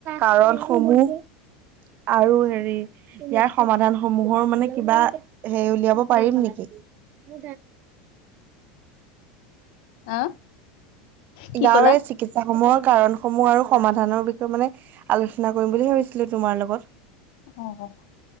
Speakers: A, on the right (about 45°); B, on the left (about 65°).
A: কাৰণ সমূহ। <unintelligible> <unintelligible> আৰু হেৰি ইয়াৰ সমাধান সমূহৰ মানে কিবা হেৰি উলিয়াব পাৰিম নেকি? <unintelligible>
B: আহ। কি
A: গাঁৱৰে
B: ক'লা?
A: চিকিৎসা সমূহত কাৰণসমূহ আৰু সমাধানৰ বিষয়ে মানে আলোচনা কৰিম বুলি ভাবিছিলো তোমাৰ লগত।
B: অ অ।